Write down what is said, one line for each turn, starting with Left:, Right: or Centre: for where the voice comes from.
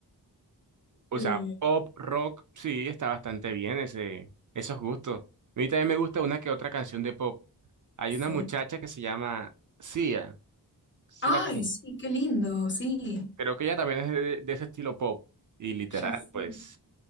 Right: O
Left: eh,
Right: sea, pop, rock, sí, está bastante bien ese, esos gustos. A mí también me gusta una que otra canción de pop. Hay
Left: sí.
Right: una muchacha que se llama Sia, sí
Left: Ay,
Right: la conozco.
Left: sí, qué lindo, sí.
Right: Creo que ella también es de, de ese estilo pop. Y literal,
Left: Ya sé.
Right: pues,